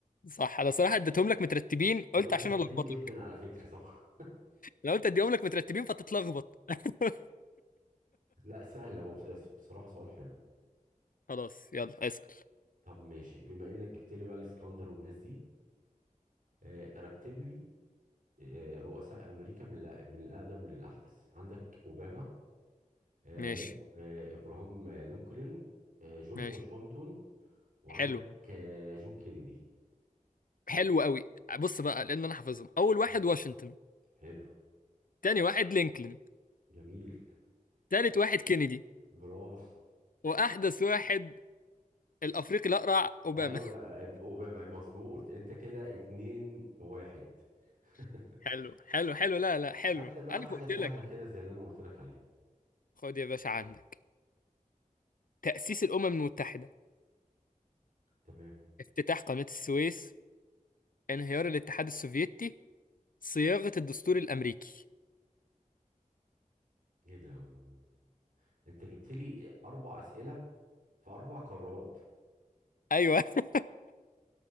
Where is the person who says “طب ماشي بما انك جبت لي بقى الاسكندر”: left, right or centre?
Right